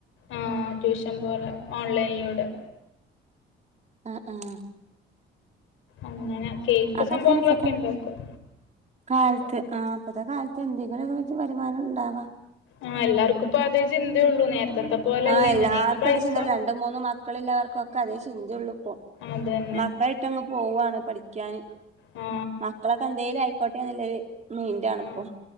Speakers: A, on the left; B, on the right.
A: ആഹ് ട്യൂഷൻ പോലെ ഓൺലൈനിലൂടെ
B: ആഹ് ആഹ്
A: അങ്ങനെ കേക്ക്
B: അതൊക്കനെ
A: സംഭവങ്ങളൊക്കെ
B: <unintelligible>
A: ഇണ്ടാക്കും
B: കാലത്ത് ആഹ് ഇപ്പഴത്തെ കാലത്ത് എന്തെങ്കിലുമൊക്കെ വ വരുമാനം ഉണ്ടാവാം
A: ആഹ് എല്ലാർക്കും ഇപ്പോ അതേ ചിന്തയുള്ളൂ നേരത്തത്തെ പോലെയല്ല
B: ആഹ് എല്ലാർക്കും
A: എങ്ങനെലും പൈസ
B: അതേ ചിന്തയുള്ളൂ. രണ്ട് മൂന്ന് മക്കളില്ലാവർക്കുക്കെ അതേ ചിന്തയുള്ളൂ ഇപ്പോ.
A: അതന്നെ
B: മക്കളായിട്ട് അങ്ങ് പോവാണ് പഠിക്കാന്.
A: ആ
B: മക്കളൊക്കെ എന്തേലും ആയിക്കോട്ടെന്നുള്ളൊരു മൈന്റാണിപ്പൊ.
A: ആ